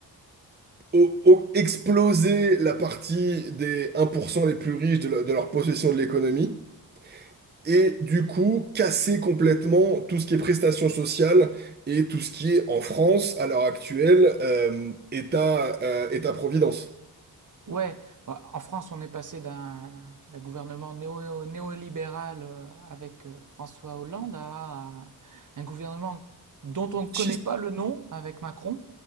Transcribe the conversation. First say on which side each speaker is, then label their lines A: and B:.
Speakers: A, on the right (about 25°); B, on the right (about 50°).
A: au- au- exploser la partie des 1% les plus riches de, la- de leur possession de l'économie et du coup casser complètement tout ce qui est prestations sociales et tout ce qui est en France à l'heure actuelle euh, État, euh, État-providence.
B: Ouais, bah, en France, on est passé d'un d'un gouvernement néo, néolibéral euh, avec euh, François Hollande à un un gouvernement dont on ne connaît
A: Fasciste.
B: pas le nom avec Macron.